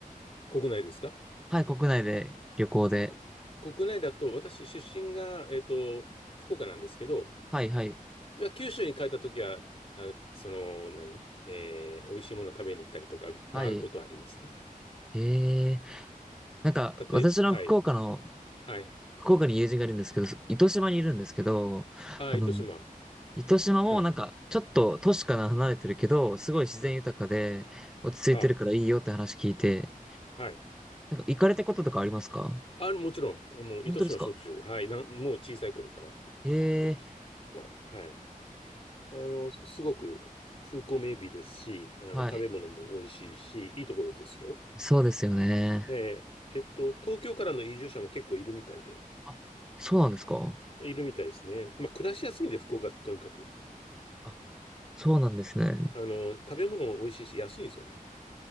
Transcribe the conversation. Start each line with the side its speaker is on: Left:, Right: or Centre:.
Left: 国内ですか
Centre: はい、国内で、旅行で。
Left: こ国内だと、私、出身が、えっと、福岡なんですけど、
Centre: はいはい。
Left: いや九州に帰った時は、あのその、何えー、美味しいもの食べに行ったりとか、
Centre: はい。
Left: まあ、あることはありますね。
Centre: ええなんか、
Left: たとえ、
Centre: 私の福岡の、
Left: はい。はい。
Centre: 福岡に友人がいるんですけど、糸島にいるんですけど、
Left: ああ、
Centre: あの、
Left: 糸島。
Centre: 糸島もなんか、
Left: はい。
Centre: ちょっと都市から離れてるけど、すごい自然豊かで、
Left: うん。
Centre: 落ち着いてるからいいよって話聞いて、
Left: あ、はい。
Centre: なんか、行かれたこととかありますか
Left: あ、もちろん、もう、
Centre: 本当ですか
Left: 糸島はしょっちゅう、はい、なん、もう小さい頃からよく行ってました。
Centre: ええ
Left: まあ、はい。あの、すすごく風光明媚ですし、あの、
Centre: はい。
Left: 食べ物も美味しいし、いいところですよ。
Centre: そうですよね。
Left: えーえっと、東京からの移住者も結構いるみたいで、
Centre: あ、そうなんですか
Left: いるみたいですね。まあ、暮らしやすいんで、福岡、とにかく。
Centre: あ、そうなんですね。
Left: あの、食べ物も美味しいし、安いんですよね。